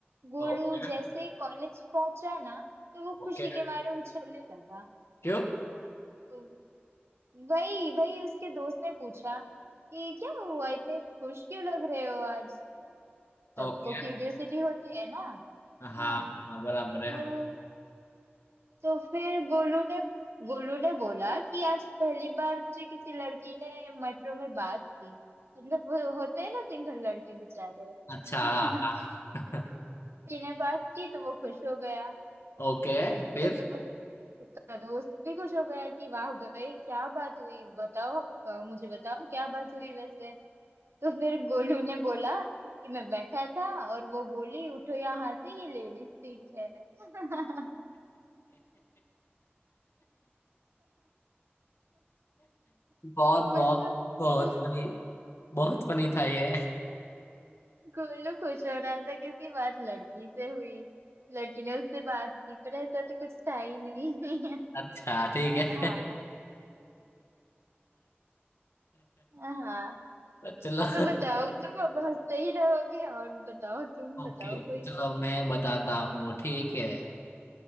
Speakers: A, on the right; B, on the left.
A: गोलू
B: ओके
A: जैसे ही कॉलेज पहुंचा ना तो वो
B: ओके
A: खुशी के मारे उछलने लगा
B: क्यों
A: तो वही वही उसके दोस्त ने पूछा कि क्या हुआ इतने खुश क्यों लग रहे हो आज सबको
B: ओके
A: क्यूरियोसिटी होती है ना
B: हाँ
A: हाँ
B: हाँ बराबर
A: तो
B: है
A: तो फिर गोलू ने गोलू ने बोला कि आज पहली बार मुझे किसी लड़की ने मेट्रो में बात की मतलब वो होते हैं ना सिंगल लड़के बेचारे <laughs>
B: अच्छा
A: लड़की
B: हाँ हाँ
A: ने बात की तो वो खुश हो गया
B: <laughs> ओके फिर
A: तो दोस्त उसका दोस्त भी खुश हो गया कि वाह भाई क्या बात हुई बताओ अ, मुझे बताओ क्या बात हुई वैसे तो फिर गोलू ने बोला कि मैं बैठा था और वो बोली उठो यहाँ से ये लेडीज सीट है <laughs>
B: बहुत बहुत
A: मतलब
B: बहुत
A: गो-
B: फनी बहुत फनी था ये
A: गोलू खुश हो रहा था कि उसकी बात लड़की से हुई लड़की ने उससे बात की पर ऐसा तो कुछ था ही नहीं
B: अच्छा ठीक
A: <laughs> हाँ
B: है
A: हाँ
B: चलो
A: तो बताओ तुम अब हंसते ही रहोगे और बताओ तुम
B: ओके
A: बताओ कोई
B: चलो मैं बताता हूँ ठीक है